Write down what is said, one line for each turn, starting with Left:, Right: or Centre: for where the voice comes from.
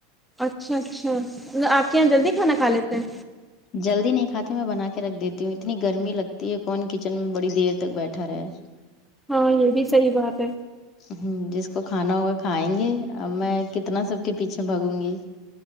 Centre: اچھا اچھا آپ کے یہاں جلدی کھانا کھا لیتے ہیں
Left: جلدی نہیں کھاتے میں بنا کے رکھ دیتی ہوں اتنی گرمی لگتی ہے کون کچن میں بڑی دیر تک بیٹھا رہے
Centre: ہاں یہ بھی صحیح بات ہے
Left: ہم جس کو کھانا ہوگا کھائیں گے ا میں کتنا سب کے پیچھے بھاگوں گی